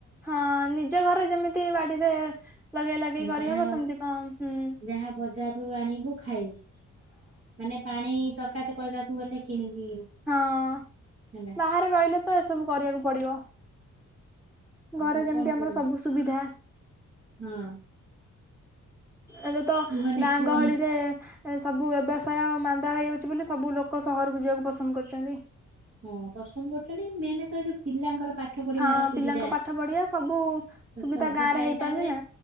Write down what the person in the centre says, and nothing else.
ହଁ ନିଜ ଘରେ ଯେମିତି ବାଡିରେ ଲଗେଇ ଲଗେଇ କରିହବ
ସେମତି କଣ? ହୁଁ
ହଁ।
ବାହାରେ ରହିଲେ ତ ଏସବୁ କରିବାକୁ ପଡିବ। ଘରେ
ଯେମିତି
ଆମର
ସବୁ ସୁବିଧା।
ଏବେ ତ
ଗାଁ
ଗହଳିରେ ଏ ସବୁ ବ୍ୟବସାୟ ମାନ୍ଦା ହେଇଯାଉଛି ବୋଲି ସବୁ ଲୋକ ସହରକୁ ଯିବାକୁ ପସନ୍ଦ କରୁଛନ୍ତି।
ହଁ
ପିଲାଙ୍କ ପାଠ ପଢିବା ସବୁ ସୁବିଧା
ଗାଁ
ରେ ହେଇପାରୁନି
ନା